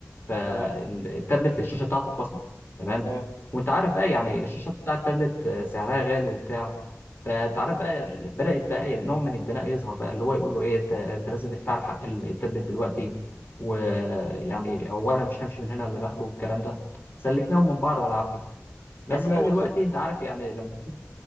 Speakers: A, on the left (about 45°); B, on the left (about 85°).
A: فالتابلت
B: اه
A: الشاشه بتاعته اتكسرت تمام
B: اه
A: وانت عارف بقى يعني الشاشه بتاع التابلت آه، سعرها غالي وبتاع فانت عارف بقى ال- بدات بقى ايه نوع من الدناء يظهر بقى اللي هو يقول له ايه انت انت لازم تدفع لي حق ال- التابلت دلوقتي ويعني هو انا مش همشي من هنا الا باخده والكلام ده سلكناهم من بعض بالعافيه بس
B: يا عم لا
A: بقى
B: هو
A: دلوقتي
B: اصلا
A: انت عارف يعني لما تشوف